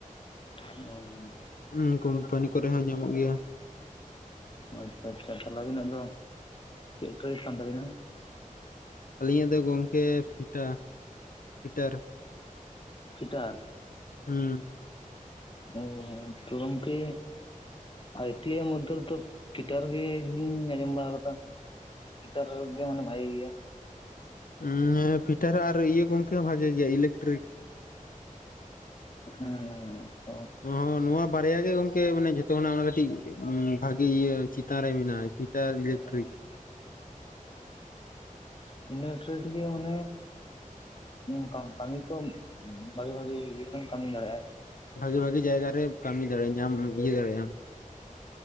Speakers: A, on the left; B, on the left.
A: ᱩᱸᱦᱩᱸ
B: ᱦᱩᱸ ᱠᱩᱢᱯᱟᱱᱤ ᱠᱚᱨᱮ ᱦᱚᱸ ᱧᱟᱢᱚᱜ ᱜᱮᱭᱟ
A: ᱳ ᱟᱪᱪᱷᱟ ᱟᱪᱪᱷᱟ ᱛᱟᱦᱞᱮ ᱟᱹᱵᱤᱱᱟᱜ ᱫᱚ ᱪᱮᱫ ᱴᱨᱮᱴ ᱠᱟᱱ ᱛᱟᱵᱤᱱᱟ
B: ᱟᱹᱞᱤᱧᱟᱜ ᱫᱚ ᱜᱚᱠᱮ ᱯᱤᱴᱟ ᱯᱤᱴᱟᱨ
A: ᱯᱷᱤᱴᱟᱨ
B: ᱦᱩᱸ
A: ᱚ ᱛᱚ ᱜᱚᱝᱠᱮ ᱟᱭ ᱴᱤ ᱟᱭ ᱢᱚᱫᱽᱫᱷᱮ ᱨᱮᱫᱚ ᱯᱷᱤᱴᱟᱨ ᱜᱮ ᱧᱩᱧ ᱟᱸᱡᱚᱢ ᱵᱟᱲᱟ ᱠᱟᱣᱫᱟ ᱯᱷᱴᱟᱨ ᱜᱮ ᱢᱟᱱᱮ ᱵᱷᱟᱹᱜᱤ ᱜᱮᱭᱟ
B: ᱦᱩᱸ ᱯᱷᱤᱴᱟᱨ ᱟᱨ ᱤᱭᱟᱹ ᱜᱚᱝᱠᱮ ᱦᱚᱸ ᱵᱷᱟᱜᱤ ᱜᱮ ᱤᱭᱟᱹ ᱤᱞᱮᱠᱴᱨᱤᱠ
A: ᱦᱮᱸ ᱛᱚ
B: ᱚ ᱱᱚᱶᱟ ᱵᱟᱨᱭᱟ ᱜᱮ ᱜᱚᱝᱠᱮ ᱢᱟᱱᱮ ᱡᱷᱚᱛᱚ ᱠᱷᱚᱱᱟᱜ ᱚᱱᱟ ᱠᱟᱹᱴᱤᱡ ᱵᱷᱟᱜᱤ ᱤᱭᱟᱹ ᱪᱮᱛᱟᱱ ᱨᱮ ᱢᱮᱱᱟᱜᱼᱟ ᱴᱟᱨ ᱤᱞᱮᱠᱴᱨᱤᱠ
A: ᱢᱟᱱᱮ ᱤᱱᱟᱹᱰᱮᱨᱮᱴ ᱜᱮ ᱢᱟᱱᱮ ᱱᱚᱝᱠᱟᱝ ᱠᱟᱹᱢᱤ ᱛᱚᱢ ᱵᱷᱟᱜᱤ ᱵᱷᱟᱜᱤ ᱤᱭᱟᱹ ᱨᱮᱢ ᱠᱟᱹᱢᱤ ᱫᱟᱲᱮᱭᱟᱜᱼᱟ
B: ᱵᱷᱟᱹᱜᱤ ᱵᱷᱟᱹᱜᱤ ᱡᱟᱭᱜᱟ ᱨᱮ ᱠᱟᱹᱢᱤ ᱫᱟᱲᱮᱭᱟᱜ ᱧᱟᱢ ᱤᱭᱟᱹ ᱫᱟᱲᱮᱭᱟᱜ ᱟᱢ